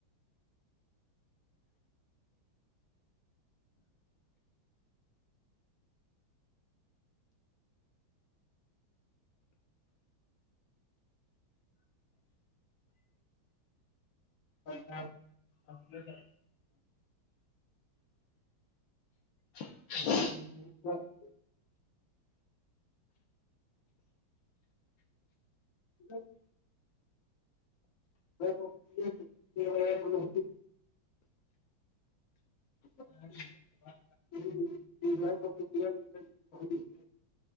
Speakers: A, on the left; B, on the left.
A: اچ <unintelligible>
B: ا <unintelligible> ہ <unintelligible>
A: ہ <unintelligible> اچ <unintelligible> <inaudible> اچھا <unintelligible>
B: جاں <unintelligible>
A: <inaudible>